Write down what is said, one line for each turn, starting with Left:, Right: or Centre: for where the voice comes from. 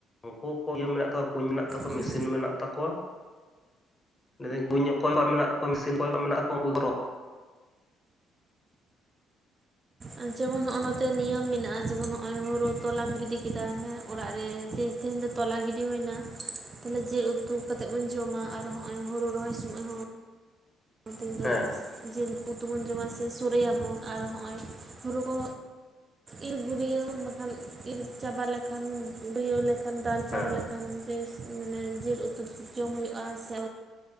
Left: ᱩᱱᱠᱩ ᱠᱚ ᱜᱮ ᱢᱮᱱᱟᱜ ᱠᱩᱧ ᱢᱮᱱᱟᱜ ᱛᱟᱠᱚᱣᱟ,
Right: ᱩᱸ
Left: ᱢᱮᱥᱤᱱ ᱢᱮᱱᱟᱜ ᱛᱟᱠᱚᱣᱟ ᱢᱮᱫᱟᱹᱧ ᱠᱩᱧ ᱚᱠᱚᱭ ᱠᱚᱣᱟᱜ ᱢᱮᱱᱟᱜ ᱠᱚᱣᱟ, ᱢᱮᱥᱤᱱ ᱚᱠᱚᱭ ᱠᱚ ᱢᱮᱱᱟᱜ ᱠᱚᱣᱟ ᱩᱱᱠᱩ ᱫᱚ
Right: ᱩᱸ ᱡᱮᱢᱚᱱ ᱦᱚᱜᱼᱚᱭ ᱱᱚᱛᱮ ᱱᱤᱭᱚᱢ ᱢᱮᱱᱟᱜᱼᱟ ᱡᱮᱢᱚᱱ ᱱᱚᱜᱼᱚᱭ ᱦᱳᱲᱳ ᱛᱚᱞᱟᱢ ᱜᱤᱰᱤ ᱠᱮᱫᱟ ᱦᱮᱸ ᱚᱲᱟᱜ ᱨᱮ ᱛᱮᱦᱤᱧ ᱫᱚ ᱛᱚᱞᱟ ᱜᱤᱰᱤ ᱦᱩᱭᱱᱟ ᱾ ᱛᱟᱦᱚᱞᱮ ᱡᱮᱞ ᱩᱛᱩ ᱠᱟᱛᱮᱫ ᱵᱚᱱ ᱡᱚᱢᱟ, ᱟᱨ ᱦᱚᱸᱜ ᱚᱭ ᱦᱳᱲᱳ ᱨᱚᱦᱚᱭ ᱥᱚᱢᱚᱭ ᱦᱚᱸ <unintelligible>
Left: ᱦᱮᱸ
Right: ᱡᱤᱞ ᱩᱛᱩ ᱛᱮᱵᱚᱱ ᱡᱚᱢᱟ ᱥᱮ ᱥᱳᱲᱮᱭᱟᱵᱚᱱ ᱟᱨ ᱦᱚᱸᱜᱼᱚᱭ ᱦᱩᱲᱩ ᱠᱚ ᱤᱨ ᱜᱩᱨᱭᱟᱹᱣ ᱵᱟᱠᱷᱟᱱ ᱤᱨ ᱪᱟᱵᱟ ᱞᱮᱠᱷᱟᱱ ᱜᱩᱨᱭᱟᱹᱣ ᱞᱮᱠᱷᱟᱱ ᱫᱟᱞ ᱪᱟᱵᱟ
Left: ᱦᱮᱸ
Right: ᱞᱮᱠᱷᱟᱱ ᱢᱟᱱᱮ ᱡᱤᱞ ᱩᱛᱩ ᱡᱚᱢ ᱦᱩᱭᱩᱜᱼᱟ ᱥᱮ